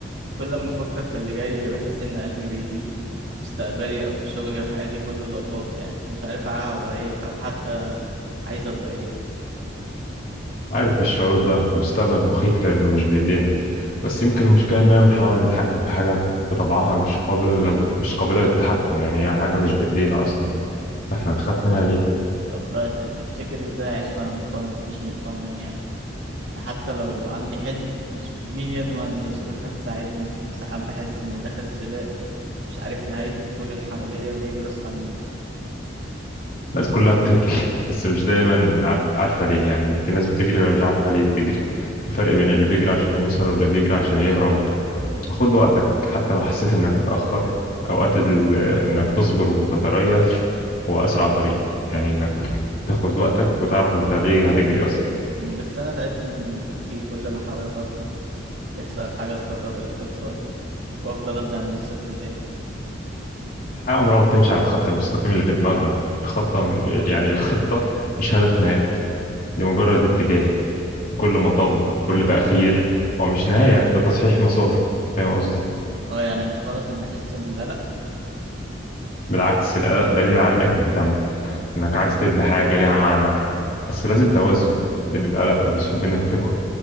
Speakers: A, on the right; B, on the left.
A: كل ما افكر في اللي جاي بحس ان قلبي بيضيق مستقبلي او شغلي وحياتي كله ضباب يعني أنا مش عارف هبقى ايه او حتى عايز ابقى ايه
B: عارف الشعور ده مستقبل مخيف لأنه مش بإيدينا بس يمكن المشكلة إننا بنحاول نتحكم في حاجة بطبعها مش قابلة مش قابلة للتحكم يعني هي حاجة مش بإيدينا أصلا إحنا نخاف منها ليه؟
A: طب آه، ت- تفتكر ازاي اعيش وانا مطمن مش مطمن يعني حتى لو عندي حلم مش مين يضمن ان الظروف هتساعدني ساعات بحس اني داخل سباق مش عارف نهايته وكل اللي حواليا بيجروا اسرع مني
B: الناس كلها بتجري <laughs> بس مش دايما عارف عارفة ليه يعني إن في ناس بتجري ومش عارفة ليه بتجري في فرق بين اللي بيجري عشان يوصل واللي بيجري عشان يهرب خد وقتك حتى لو حسيت انك متأخر اوقات ال... آه، انك تصبر وتتريث هو اسرع طريق يعني انك تاخد وقتك وتعرف انت ليه هتجري اصلا
A: أمم، بس انا تعبت من التفكير كل ما احاول اخطط يحصل حاجة تخرب الخطة وافضل ابدأ من الصفر تاني
B: الحياة عمرها ما بتمشي على الخط المستقيم اللي في دماغنا الخطة مش... آه، يعني الخطة مش هدف نهائي دي مجرد اتجاه كل مطب وكل تأخير هو مش نهاية ده تصحيح مسار فاهم قصدي
A: اه يعني مش غلط ان احس بالقلق
B: بالعكس القلق دليل على انك مهتم انك عايز تبني حاجة ليها معنى بس لازم توازن بين القلق وبين الثقة